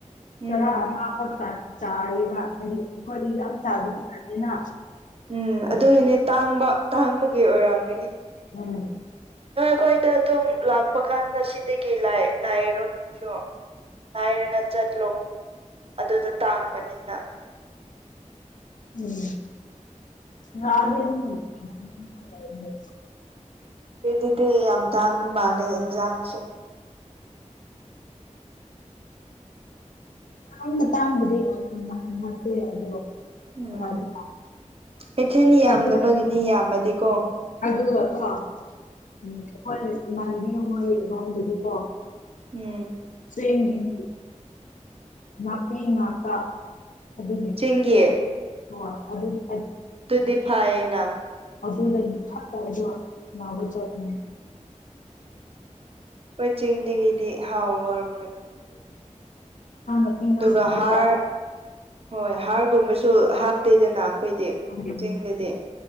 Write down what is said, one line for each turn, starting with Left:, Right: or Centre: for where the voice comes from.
Right: ꯎꯝ
Left: ꯆꯔꯥ ꯑꯃꯈꯛꯇ ꯆꯥꯔꯦꯕ ꯍꯥꯏꯗꯤ ꯑꯩꯈꯣꯏꯗꯤ ꯌꯥꯝ ꯆꯥꯕꯁꯨ ꯅꯠꯇꯦꯅ
Right: ꯎꯝ
Left: ꯑꯗꯣ
Right: ꯑꯗꯨꯒꯤꯅꯦ ꯇꯥꯡꯕ ꯇꯥꯡꯕꯒꯤ ꯑꯣꯏꯔꯝꯒꯅꯤ
Left: ꯎꯝ ꯎꯝ
Right: ꯍꯣꯏ ꯑꯩꯈꯣꯏꯗ ꯑꯗꯨꯝ ꯂꯥꯛꯄ ꯀꯥꯟꯗ ꯁꯤꯗꯒꯤ ꯂꯩ ꯂꯩꯔꯣ ꯅꯣꯏꯁꯨ ꯍꯥꯏꯔꯒ ꯆꯠꯂꯣ ꯑꯗꯨꯗ ꯇꯥꯡꯕꯅꯤꯅ
Left: ꯎꯝ ꯅꯔꯥꯗꯤ ꯑꯗꯨꯝ ꯂꯝꯂꯣꯡꯗ ꯂꯩꯕꯅꯦ
Right: ꯗꯨꯗꯤ ꯌꯥꯝ ꯇꯥꯡꯕ ꯃꯥꯜꯂꯦ ꯏꯟꯖꯥꯡ ꯁꯦ
Left: ꯌꯥꯝꯅ ꯇꯥꯡꯕꯗꯤ ꯑꯣꯏ ꯅꯠꯇꯦ ꯑꯗꯣ
Right: ꯎꯝ
Left: ꯀꯅꯥꯗꯤ ꯇꯥꯡ
Right: ꯀꯩꯊꯦꯜ ꯌꯥꯝꯗꯕꯒꯤꯅꯤ
Left: ꯑꯗꯨ
Right: ꯌꯥꯝꯃꯗꯤꯀꯣ
Left: ꯑꯗꯨꯒ ꯀꯣ ꯎꯝ ꯑꯈꯣꯏ ꯏꯃꯥꯟꯕꯤ ꯍꯣꯏꯔꯣꯝꯗꯗꯤꯀꯣ
Right: ꯎꯝ
Left: ꯆꯦꯡꯒꯤꯅꯤ ꯅꯥꯄꯤ ꯉꯥꯛꯇꯥ ꯑꯗꯨꯒꯤ
Right: ꯆꯤꯡꯒꯤ
Left: ꯁꯔꯨꯛ ꯍꯣꯢ ꯑꯗꯨꯒꯤ
Right: ꯑꯗꯨꯗꯤ ꯐꯩꯑꯦꯅ
Left: ꯑꯗꯨꯗꯒꯤ ꯁꯛꯇꯁꯨ ꯅꯕꯥ ꯆꯠꯂꯤꯅꯦ
Right: ꯑꯩꯈꯣꯏ ꯆꯤꯡꯗꯒꯤꯗꯤ ꯍꯥꯎꯔꯝꯒꯅꯤ
Left: ꯑꯄꯤ ꯉꯛꯇꯅꯦꯕꯥ
Right: ꯑꯗꯨꯒ ꯍꯥꯔ ꯍꯣꯏ ꯍꯥꯔꯒꯨꯝꯕꯁꯨ ꯍꯥꯞꯇꯦꯗꯅ ꯑꯈꯣꯏꯗꯤ
Left: ꯎꯝ
Right: ꯆꯤꯡꯗꯗꯤ